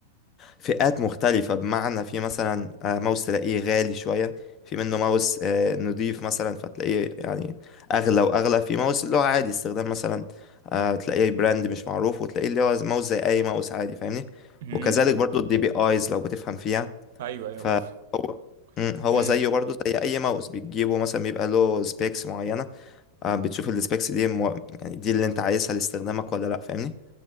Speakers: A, on the left; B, on the right.
A: فئات مختلفة بمعنى في مثلا آه، ماوس تلاقيه غالي شوية في منه ماوس آه، نضيف مثلا فتلاقيه يعني أغلى وأغلى في ماوس اللي هو عادي استخدام مثلا آه، تلاقيه براند مش معروف وتلاقيه اللي هو ماوس زي أي ماوس عادي فاهمني
B: مم.
A: وكذلك برضو الدي بي آيز لو بتفهم فيها
B: ايوه ايوه
A: فهو
B: بفهم
A: مم، هو
B: مم.
A: زيه برضو زي أي ماوس بتجيبه مثلا بيبقى له سبيكس معينة آه، بتشوف السبيكس دي مو... يعني دي اللي أنت عايزها لاستخدامك ولا لأ فاهمني